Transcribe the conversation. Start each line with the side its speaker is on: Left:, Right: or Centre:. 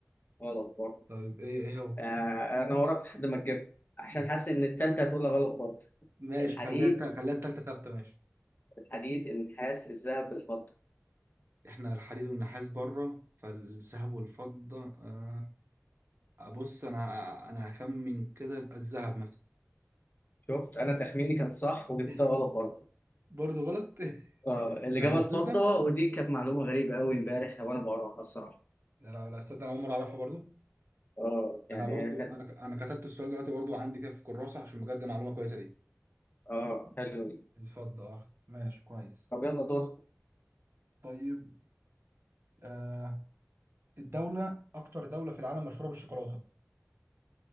Left: غلط برضه
Right: طيب ايه ايه هو
Left: آه، انا وراك لحد ما تجيبها عشان
Right: <laughs>
Left: حاسس ان التالتة هتقول غلط برضه
Right: ماشي
Left: الحديد
Right: خليها التا- خليها التالتة ثابته ماشي
Left: الحديد النحاس الذهب الفضة
Right: احنا الحديد والنحاس بره فالذهب والفضه آه ابص انا انا هخمن كده يبقى الذهب مثلا
Left: شفت انا تخميني كان صح وجبتها
Right: <laughs>
Left: غلط برضه
Right: برضه غلط <laughs>
Left: اه الاجابة
Right: يعني الفضه
Left: الفضة ودي كانت معلومة غريبة قوي امبارح وانا بقراها الصراحة
Right: لا لا لا استنى انا اول مره اعرفها برضه
Left: اه يعني
Right: انا برضو
Left: هي كانت
Right: انا انا كتبت السؤال دلوقتي برضو عندي كده في كراسة عشان بجد معلومة كويسة دي
Left: اه حلو دي
Right: الفضة اه ماشي كويس
Left: طب يلا دور
Right: طيب آه الدولة أكتر دولة في العالم مشهورة بالشوكولاتة